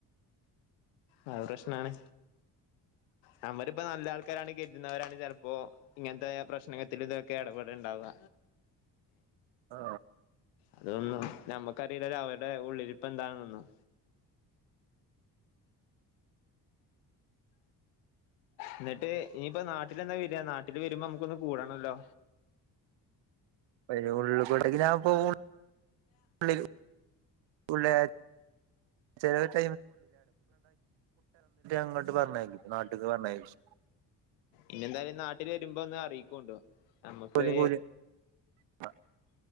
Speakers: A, on the left; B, on the right.
A: ആ പ്രശ്നാണ്. നമ്മള്പ്പാ നല്ല ആൾക്കാര് അണെങ്കി കര് ചിലപ്പോ ഇങ്ങനത്തെ പ്രശ്നത്തില് ഇതൊക്കെ ഇടപെടുണ്ടാവുക.
B: ആ
A: അതൊന്നും നമ്മക്ക് അറിയില്ലല്ലോ അവരുടെ ഉള്ളില് ഇരുപ്പ് എന്താണന്നെന്നും. എന്നിട്ട് ഇനിയിപ്പോ നാട്ടിൽ എന്ന വെര നാട്ടില് വരുമ്പോ നമുക്കൊന്ന് കൂടാണല്ലോ.
B: <unintelligible> <unintelligible> <unintelligible> തിന്നിട്ട അങ്ങോട്ട് പറഞ്ഞയക്കും നാട്ട്ക്ക് പറഞ്ഞയച്ച്.
A: ഇനി എന്തായാലും നാട്ടിൽ വരുമ്പോ ഒന്ന് അറിയിക്കോണ്ടു നമുക്ക്
B: <unintelligible>